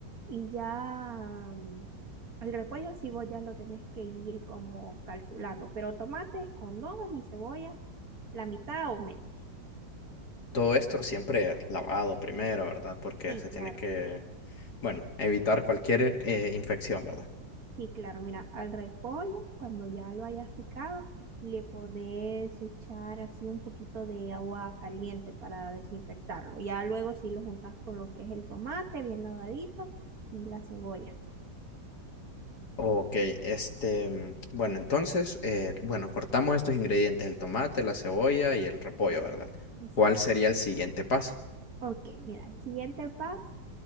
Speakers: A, on the right (about 50°); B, on the left (about 55°).
A: y ya mm, el repollo sí vos ya lo tenés que ir como calculando, pero tomates con dos y cebolla la mitad o menos.
B: Todo esto siempre lavado primero, ¿verdad? Porque
A: Y
B: se
A: claro,
B: tiene que, bueno, evitar cualquier eh, infección, ¿verdad?
A: Sí, claro, mira, al repollo, cuando ya lo hayas picado, le podés echar así un poquito de agua caliente para desinfectarlo. Ya luego sí lo juntas con lo que es el tomate bien lavadito y la cebolla.
B: Ok, este, mm, bueno, entonces, eh, bueno, cortamos estos ingredientes, el tomate, la cebolla y el repollo, ¿verdad?
A: Exacto.
B: ¿Cuál sería el siguiente paso?
A: Ok, mira, el siguiente paso,